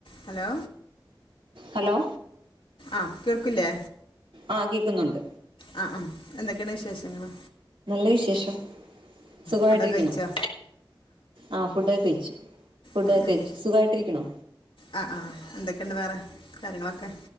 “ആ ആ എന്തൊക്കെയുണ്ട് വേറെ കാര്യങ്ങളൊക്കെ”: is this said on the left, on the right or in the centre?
Left